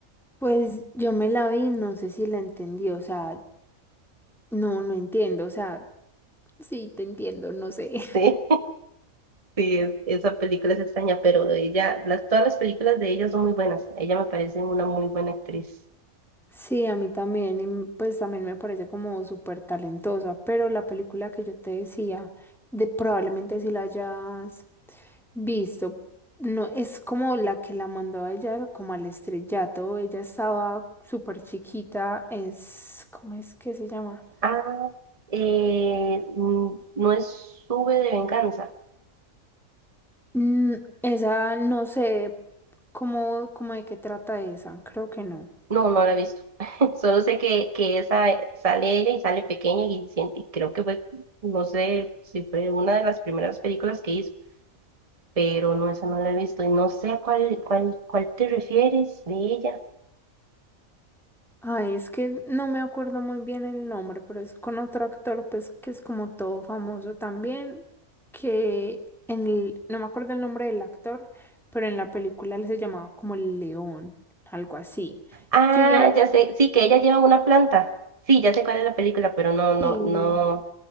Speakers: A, in the centre; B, on the right.
A: pues yo me la vi, no sé si la entendí, o sea, no, no entiendo, o sea, sí, te entiendo, no sé.
B: Sí, sí, es- esa película es extraña, pero ella, las, todas las películas de ella son muy buenas. Ella me parece una muy buena actriz.
A: Sí, a mí también, y m- pues también me parece como súper talentosa, pero la película que yo te decía, de probablemente si la hayas visto, no es como la que la mandó a ella como al estrellato, ella estaba súper chiquita, es, ¿cómo es que se llama?
B: Ah, eh, mm, no es Sube de Venganza.
A: Mm, esa, no sé, cómo, cómo de qué trata esa, creo que no.
B: No, no la he visto. <laughs> Solo sé que, que esa eh, sale ella y sale pequeña y, siente- y creo que fue, no sé si fue una de las primeras películas que hizo. pero no, esa no la he visto y no sé a cuál, cuál, cuál te refieres de ella.
A: Ay, es que no me acuerdo muy bien el nombre, pero es con otro actor, pues que es como todo famoso también, que en el, no me acuerdo el nombre del actor, pero en la película él se llamaba como el León, algo así,
B: Ah,
A: que ya era...
B: ya sé, sí, que ella lleva una planta. Sí, ya sé cuál es la película, pero no, no,
A: sí.
B: no,